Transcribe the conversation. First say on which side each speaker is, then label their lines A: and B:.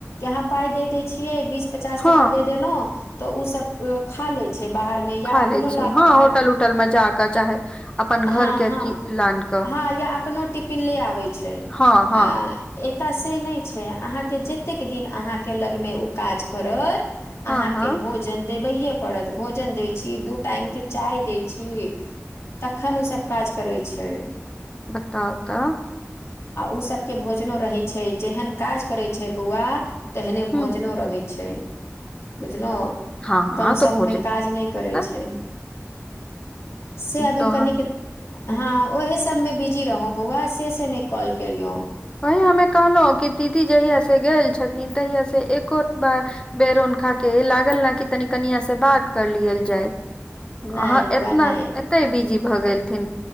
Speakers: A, on the left; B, on the left.
A: अहांँ पाइ दे देै छियै बीस पचास
B: हँ
A: टका दे देलह तऽ उ सब खा लेत बाहर मे या
B: खा
A: अपनो
B: ले छै
A: लऽकऽ
B: हँ
A: खा
B: होटल
A: लेत,
B: उटल मे जा कऽ चाहे अपन घर
A: हॅं,
B: के
A: हॅं
B: की लान कऽ
A: हँ या अपनो टिफिन ले आबै छै
B: हँ हँ
A: आ एतय से नहि छै अहाँकेँ जतेक दिन अहाँके लऽगमे ओ काज करत
B: हँ
A: अहाँके
B: हँ
A: भोजन देबैइए पड़त। भोजन दै छी दू टाइमके चाय दै छी। तखन ओसभ काज करै छै
B: बताउ तऽ
A: आ उ सभके भोजनो रहै छै जेहन काज करै छै बौआ तेहने
B: ह
A: भोजनो रहै छै बुझलहु
B: हँ
A: कम
B: तऽ
A: सम
B: भोजन
A: मे काज नहि करै
B: तऽ
A: छै से अभी
B: तऽ
A: कनीक
B: ह हूँ
A: हं ओहे सबमे बिजी रहौ बौआ से से नहि कॉल केलियौ
B: वहीं हमे कहलहुँ कि दीदी जहिया से गेल छथिन तहिया से एको बार बेर उनखा के लागल ने कि तनि कनिया से बात कर लियल जाय अहाँ
A: नहि बौआ
B: एतना
A: नहि
B: एतै बिजी भऽ गेलथिन